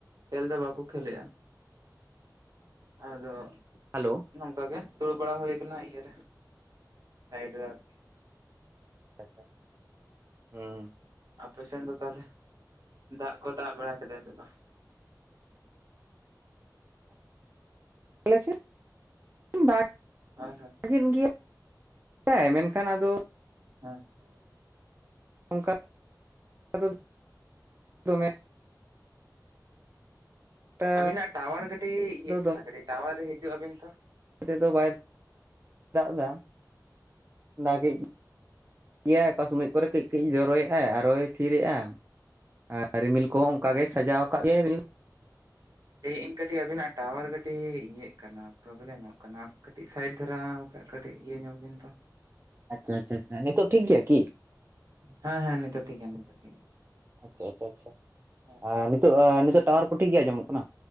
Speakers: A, on the right; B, on the right.
A: ᱠᱷᱮᱞ ᱫᱚ ᱵᱟᱠᱚ ᱠᱷᱮᱞ ᱞᱮᱜᱼᱟ ᱟᱫᱚ
B: ᱦᱟᱞᱳ,
A: ᱱᱚᱝᱠᱟ ᱜᱮ ᱫᱩᱲᱩᱵ ᱵᱟᱲᱟ ᱦᱩᱭ ᱠᱟᱱᱟ ᱤᱭᱟᱹᱨᱮ ᱥᱟᱭᱤᱰ ᱨᱮ ᱟᱨᱠᱤ᱾
B: ᱟᱪᱪᱷᱟ, ᱦᱩᱸ
A: ᱟᱯᱮ ᱥᱮᱱ ᱫᱚ ᱛᱟᱦᱚᱞᱮ ᱫᱟᱜᱽ ᱠᱚ ᱫᱟᱜᱽ ᱵᱟᱲᱟ ᱠᱮᱫᱟᱭ ᱥᱮ ᱵᱟᱝ?
B: ᱟᱞᱮ ᱥᱮᱱ <inaudible> ᱫᱟᱜ
A: ᱦᱮ ᱸ ᱥᱮ,
B: ᱞᱟᱹᱜᱤᱫ ᱜᱮ <inaudible> ᱭᱟᱭ <inaudible> ᱢᱮᱱᱠᱷᱟᱱ ᱟᱫᱚ
A: ᱦᱮᱸ ᱦᱮᱸᱜ
B: ᱚᱱᱠᱟ ᱫᱚ ᱫᱚᱢᱮ ᱮᱠᱴᱟ
A: ᱟᱹᱵᱤᱱᱟᱜ ᱴᱟᱣᱟᱨ ᱠᱟᱹᱴᱤᱡ ᱤᱭᱟᱹᱜ
B: ᱫᱚ
A: ᱠᱟᱱᱟ ᱠᱟᱹᱴᱤᱜ ᱴᱟᱣᱟᱨ ᱨᱮ ᱦᱤᱡᱩᱜ ᱟᱹᱵᱤᱱ ᱛᱚ
B: ᱱᱚᱛᱮᱫᱚ ᱵᱟᱭ <inaudible> ᱫᱟᱜᱽ ᱫᱟ ᱫᱟᱜᱮᱜ ᱜᱮᱭᱟᱭ ᱚᱠᱟ ᱥᱚᱢᱚᱭ ᱠᱚᱨᱮ ᱠᱟᱹᱡᱼ ᱠᱟᱹᱡ ᱡᱚᱨᱚᱭᱮᱜᱼᱟᱭ ᱟᱨᱚᱭ ᱛᱷᱤᱨᱮᱜᱼᱟ ᱟᱨ ᱨᱤᱢᱤᱞ ᱠᱚᱦᱚᱸ ᱚᱝᱠᱟ
A: ᱟᱪᱪᱷᱟ
B: ᱜᱮ ᱥᱟᱡᱟᱣ ᱠᱟᱜ ᱜᱮᱭᱟᱭ ᱨᱤᱢᱤᱞ᱾
A: ᱞᱟᱹᱭ ᱟᱹᱧ ᱠᱟᱹᱴᱤᱜ ᱟᱹᱵᱤᱱᱟᱜ ᱴᱟᱣᱟᱨ ᱠᱟᱹᱴᱤᱜ ᱤᱭᱟᱹᱜ ᱠᱟᱱᱟ ᱯᱨᱚᱵᱞᱮᱢᱚᱜ ᱠᱟᱱᱟ ᱠᱟᱹᱴᱤᱜ ᱥᱟᱭᱤᱰ ᱫᱷᱟᱨᱟ ᱵᱟᱠᱷᱟᱭ ᱠᱟᱹᱴᱤᱜ ᱤᱭᱟᱹ ᱧᱚᱜ ᱵᱤᱱ ᱛᱚ,
B: ᱟᱪᱪᱷᱟ ᱟᱪᱪᱷᱟ, ᱱᱤᱛᱚᱜ ᱴᱷᱤᱠ ᱜᱮᱭᱟ ᱠᱤ?
A: ᱦᱮᱸ ᱦᱮᱸ ᱱᱤᱛᱚᱜ ᱴᱷᱤᱠ ᱜᱮᱭᱟ ᱱᱤᱛᱚᱜ ᱴᱷᱤᱠ
B: ᱟᱪᱪᱷᱟ ᱟᱪᱪᱷᱟ ᱟᱪᱪᱷᱟ
A: ᱜᱮᱭᱟ
B: ᱟᱸ ᱱᱤᱛᱚᱜ ᱟᱸ ᱱᱤᱛᱚᱜ ᱴᱟᱣᱟᱨ ᱠᱚ ᱴᱷᱤᱠ ᱜᱮ ᱟᱸᱡᱚᱢᱚᱜ ᱠᱟᱱᱟ?